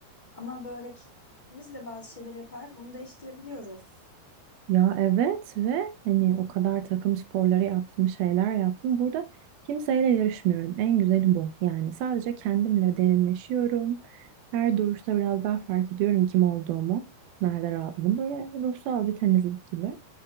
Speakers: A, on the left; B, on the right.
A: Ama böyle kendimiz de bazı şeyleri yaparak bunu değiştirebiliyoruz.
B: Ya evet ve hani o kadar takım sporları yaptım, şeyler yaptım. Burada kimseyle yarışmıyorum. En güzeli bu. Yani sadece kendimle derinleşiyorum. Her duruşta biraz daha fark ediyorum kim olduğumu. Nerede rahatladım. Böyle ruhsal bir temizlik gibi.